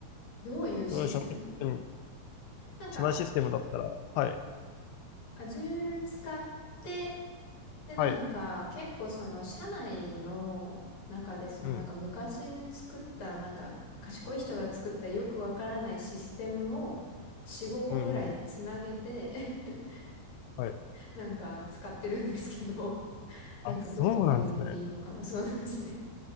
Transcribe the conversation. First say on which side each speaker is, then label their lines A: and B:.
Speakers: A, on the left; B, on the left.
A: どういうシステム
B: そういう社内システム、
A: なんか
B: 社内システムだったら、はい、
A: アジュール使って、で、なんか、
B: はい、
A: 結構その、社内の中で、その、
B: うん、
A: なんか昔に作った、なんか、賢い人が作ったよくわからないシステムを、4、5個ぐらいつなげて、
B: うん、うん、
A: <laughs>
B: はい。
A: なんか使ってるんですけど、なんかどこまで言っていいのかな、
B: あ、そうなんですね。
A: そうですね。